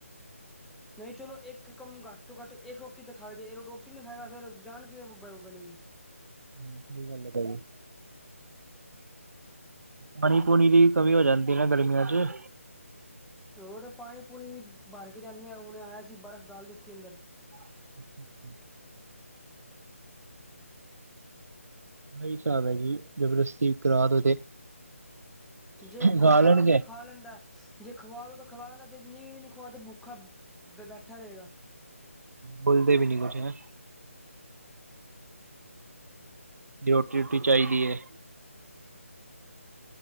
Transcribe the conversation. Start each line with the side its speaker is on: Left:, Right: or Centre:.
Centre: ਨਹੀਂ, ਚਲੋ ਇੱਕ ਕੰਮ ਘੱਟ ਤੋਂ ਘੱਟ ਇੱਕ ਰੋਟੀ ਤਾ ਖਾਵੇ ਜੇ ਇਹੋ ਰੋਟੀ ਨਹੀਂ ਖਾਏਗਾ ਫਿਰ ਜਾਨ ਕਿਵੇਂ ਬਣੇਗੀ?
Right: ਹਾਂ ਸਹੀ ਗੱਲ ਹੈ ਭਾਜੀ। ਪਾਣੀ-ਪੂਣੀ ਦੀ ਕਮੀ ਹੋ ਜਾਂਦੀ ਨਾ ਗਰਮੀਆਂ ਚ।
Centre: ਤੇ ਹੋਰ ਪਾਣੀ-ਪੂਣੀ ਵੀ ਭਰ ਕੇ ਜਾਂਦੇ ਹਾਂ ਹੁਣੇ ਆਇਆ ਸੀਂ ਬਰਫ਼ ਡਾਲ ਦਿੱਤੀ ਅੰਦਰ।
Right: <inaudible> ਇਹੀ ਹਿਸਾਬ ਹੈ ਜੀ ਜਬਰਦਸਤੀ ਕਰਾ ਦਓ ਤੇ
Centre: ਜੇ ਖੁਆ
Right: ਖਾ ਲੈਣਗੇ
Centre: ਦੋ ਤੇ ਉਹ ਤੇ ਖਾ ਲੈਂਦਾ ਜੇ ਖਵਾ ਦੋ ਖਲਾ ਦਾ ਜ ਨੀਂਹ ਵੀ ਨੀ ਖੁਆ ਤੇ ਭੁੱਖਾ ਬੈਠਾ ਰਹੇਗਾ।
Right: ਬੋਲਦੇ ਵੀ ਨੀ ਕੁਛ ਹੈ। ਰੋਟੀ-ਰੂਟੀ ਚਾਹੀਦੀ ਏ।